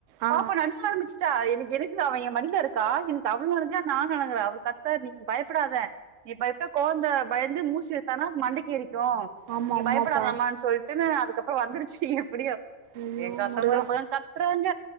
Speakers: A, on the right; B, on the right.
A: ஆ
B: பாப்பா நடுங்க ஆரம்பிச்சிட்டா எனக் எனக் இல்ல அவ ஏ மடில இருக்கா எனக்கு அவளு அழுங்குறா நானு அழுங்குற அவள் கத்த நீ பயப்படாத நீ பயப் ட்டா கொழந்த பயந்து மூச்சு இழுத்தானா அது மண்டக்கி ஏறி டும்
A: ஆமா
B: நீ
A: ஆமாப்பா
B: பயப்படாதமானு சொல்ட்டுனு அதுக்கப்றோ வந்துருச்சு அப்டியா
A: ஐயோ
B: எங்க அத்த
A: முருகா
B: ஒரு பக்கம் கத்துறாங்க